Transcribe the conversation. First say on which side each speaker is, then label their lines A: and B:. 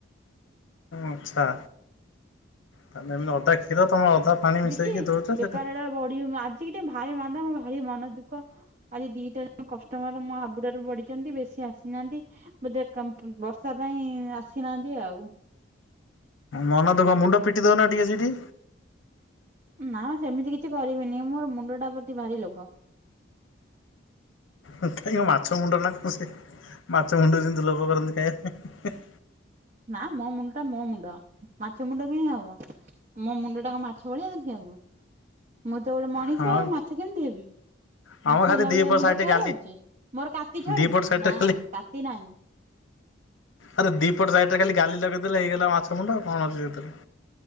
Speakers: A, on the left; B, on the right.
A: ଆଚ୍ଛା ତାଲେ ଏମ ଅଧା କ୍ଷୀର ତମେ ଅଧା ପାଣି
B: ଭାବଚି
A: ମିଶେଇକି ଦଉଛ
B: ବେପାର
A: ସେଟା
B: ଟା ବଢିି ଆଜି ଟେ ଭାରି ମାନ୍ଦା ମ ଭାରି ମନ ଦୁଃଖ ଆଜି ଦିଟା କଷ୍ଟମର ମୋ ହାବୁଡ଼ରେ ପଡ଼ିଛନ୍ତି ବେଶୀ ଆସି ନାହାଁନ୍ତି। ବୋଧେ ଙ୍କ ପ ବର୍ଷା ପାଇଁ ଆସିନାହାନ୍ତି ଆଉ।
A: ମନ ଦୁଃଖ ମୁଣ୍ଡ ପିଟି ଦଉନ ଟିକେ ସେଇଠି।
B: ନାଁ ସେମିତି କିଛି କରିବିନି ମୋର ମୁଣ୍ଡ ଟା ପ୍ରତି ଭାରି ଲୋଭ।
A: କାହିଁକି ମାଛ ମୁଣ୍ଡ ନା କଣ ସେ ମାଛ ମୁଣ୍ଡ ଯେମିତି ଲୋଭ କରନ୍ତି ଖାଇବା ପାଇଁ
B: ନାଁ ମୋ ମୁଣ୍ଡ ଟା ମୋ ମୁଣ୍ଡ ମାଛ ମୁଣ୍ଡ କାହିଁକି ହବ। ମୋ ମୁଣ୍ଡ ଟା କଣ ମାଛ ଭଳିଆ ଦେଖିବାକୁ ମୁଁ ତ ଗୋଟେ ମଣିଷ
A: ପାଇଁ
B: ଆଉ ମାଛ କେମିତି ହେବି।
A: ହଁ
B: ମାଛ
A: ହଁ ଖାଲି
B: ହେଲା
A: ଦିପଟ
B: ଭଳିଆ ମୁଁ
A: ସାଇଡ
B: ଦେଖା
A: ଗାଲି
B: ଯାଉଛି ମୋର କାତି ଛାଡୁଚି
A: ଦିପଟ ସାଇଡରେ
B: ନାଁ
A: ଖାଲି
B: କାତି ନାହିଁ।
A: ଆରେ ଦିପଟ ସାଇଟରେ ଖାଲି ଗାଲି ଲଗେଇ ଦେଲେ ହେଇଗଲା ମାଛ ମୁଣ୍ଡ ଆଉ କଣ ଅଛି ସେଥିରେ।